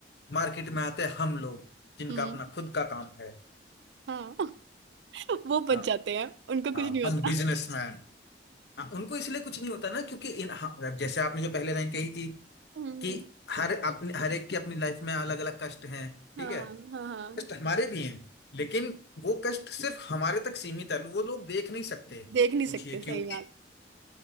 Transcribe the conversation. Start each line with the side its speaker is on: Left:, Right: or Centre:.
Left: मार्केट में आते हैं हम लोग जिनका
Right: हम्म
Left: अपना खुद का काम है
Right: हाँ <laughs> वो बच
Left: हाँ
Right: जाते हैं उनको
Left: हाँ,
Right: कुछ नहीं होता
Left: हम बिजनेसमैन हाँ उनको इसलिए कुछ नहीं होता ना क्योंकि इन हाँ, जैसे आपने जो पहले लाइन कही थी
Right: हम्म
Left: कि हर अपने हर एक की अपनी लाइफ में अलग अलग कष्ट हैं ठीक
Right: हाँ
Left: है
Right: हाँ हाँ
Left: कष्ट हमारे भी हैं लेकिन वो कष्ट सिर्फ हमारे तक सीमित है वो लोग देख नहीं सकते
Right: देख नहीं सकते
Left: पूछिए
Right: सही
Left: क्यों
Right: बात